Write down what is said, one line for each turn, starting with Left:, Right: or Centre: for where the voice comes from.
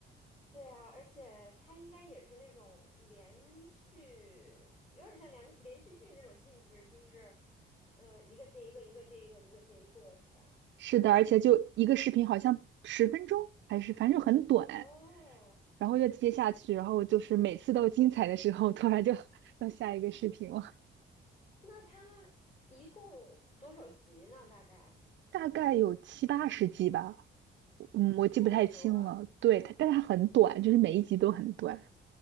Left: 对啊，而且它应该也是那种连续，有点像连连续剧那种性质，就是，呃，一个接一个，一个接一个，一个接一个，是吧？
Right: 是的，而且就一个视频，好像十分钟还是反正就很短，
Left: 哦，
Right: 然后就接下去，然后就是每次都精彩的时候，突然就 <laughs> 到下一个视频了，
Left: 那它一共多少集呢？大概
Right: 大概有七八十集吧，嗯，我记不太清了。
Left: 这么多啊
Right: 对，它，但它很短，就是每一集都很短。